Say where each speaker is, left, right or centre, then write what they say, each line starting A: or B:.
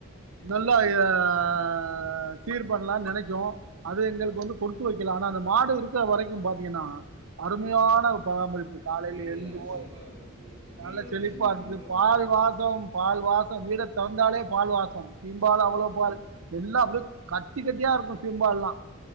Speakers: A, on the right (about 85°); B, on the right (about 20°).
A: நல்லா த ஆ ஆ சீர் பண்லானு நெனைக்கு அது எங்களுக்கு வந்து குடுத்து வைக்கலா ஆனா அந்த மாடு இருக்குற வரைக்கு பாத்தீங்கன்னா அ அருமையான பராமரிப்பு காலேல
B: வீடு
A: எழுந்துறுவோ
B: எல்லாமே செழிப்பா இருந்திருக்கு உங்களுக்கு வீட்ல
A: நல்ல
B: ஒரு லட்சுமி
A: செழிப்பா
B: இருந்தற
A: இருன்ச்சு
B: மாரி இருந்திருக்கு
A: பால் வாசோம் பால் வாசோம் வீட தொறந்தாலே பால் வாசோ சீம்பால் அவ்வளோ
B: ம்
A: பால் எல்லா அப்டியே கட்டி கட்டியா இருக்கு சீம்பால்லா